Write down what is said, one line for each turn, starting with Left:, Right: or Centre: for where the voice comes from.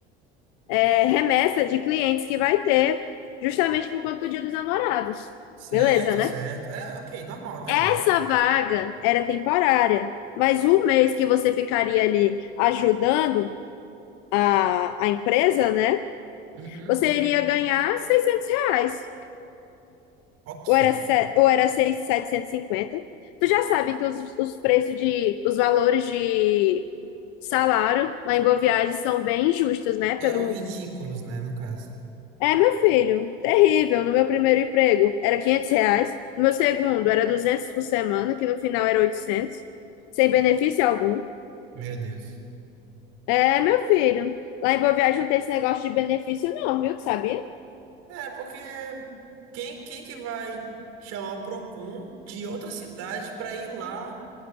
Left: é, remessa de clientes que vai ter, justamente por conta do Dia dos Namorados.
Right: Certo,
Left: Beleza, né?
Right: certo. É, ok, normal até agora.
Left: Essa vaga era temporária, mas o mês que você ficaria ali ajudando a, a empresa, né?
Right: Uhum.
Left: Você iria ganhar 600 reais.
Right: Ok.
Left: Ou era, se- ou era seis, setecentos e cinquenta. Tu já sabe que os, os preços de, os valores de salário lá em Boa Viagem são bem injustos, né? Pelo...
Right: Eram ridículos, né, no caso.
Left: É, meu filho, terrível. No meu primeiro emprego era 500 reais. No meu segundo era 200 por semana, que no final era 800, sem benefício algum.
Right: Meu Deus.
Left: É, meu filho. Lá em Boa Viagem não tem esse negócio de benefício, não, viu? Tu sabia?
Right: É, porque quem, quem que vai chamar o Procon de outra cidade pra ir lá